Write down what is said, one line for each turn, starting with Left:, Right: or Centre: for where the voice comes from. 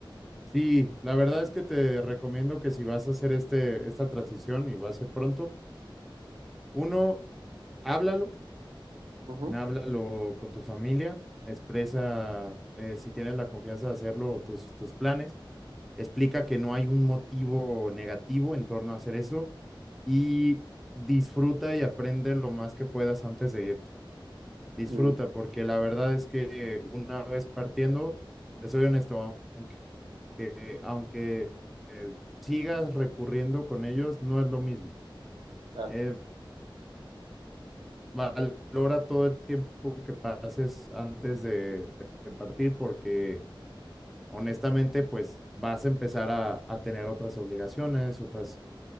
Centre: Sí, la verdad es que te recomiendo que si vas a hacer este, esta transición y va a ser pronto, uno, háblalo,
Right: Ujú.
Centre: háblalo con tu familia, expresa eh, si tienes la confianza de hacerlo, tus, tus planes, explica que no hay un motivo negativo en torno a hacer eso y disfruta y aprende lo más que puedas antes de irte. Disfruta,
Right: Mm,
Centre: porque la verdad es que una vez partiendo, te soy honesto, que aunque eh, sigas recurriendo con ellos, no es lo mismo.
Right: claro.
Centre: Eh, valora todo el tiempo que pases antes de, de partir porque honestamente pues vas a empezar a, a tener otras obligaciones, otras,